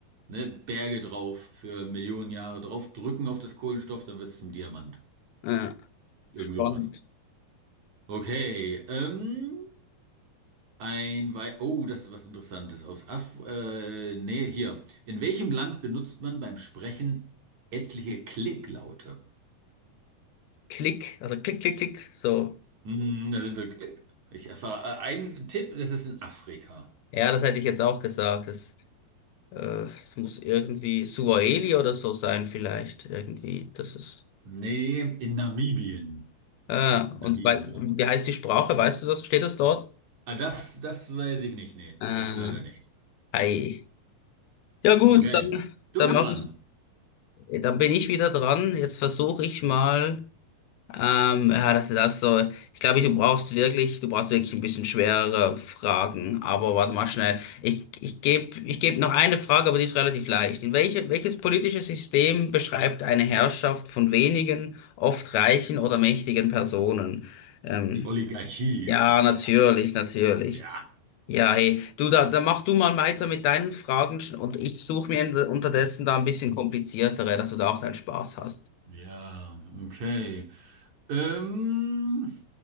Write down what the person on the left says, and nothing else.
Ja,
spannend.
Klick, also klick, klick, klick. So.
Ja, das hätte ich jetzt auch gesagt. Das, äh, es muss irgendwie Suaheli oder so sein, vielleicht. Irgendwie. Das ist.
Ah,
und wei- wie heißt die Sprache? Weißt du das? Steht das dort?
Äh,
ei. Ja, gut,
dann,
dann
mach
ich, dann bin ich wieder dran. Jetzt versuche ich mal. Ähm, ja, das ist das so. Ich glaube, du brauchst wirklich, du brauchst wirklich ein bisschen schwerere Fragen. Aber warte mal schnell. Ich, ich gebe, ich geb noch eine Frage, aber die ist relativ leicht. In welche, welches politische System beschreibt eine Herrschaft von wenigen, oft reichen oder mächtigen Personen? Ähm,
ja, natürlich, natürlich.
Ja, hey, du, da, da mach du mal weiter mit deinen Fragen sch- und ich suche mir in- unterdessen da ein bisschen kompliziertere, dass du da auch deinen Spaß hast.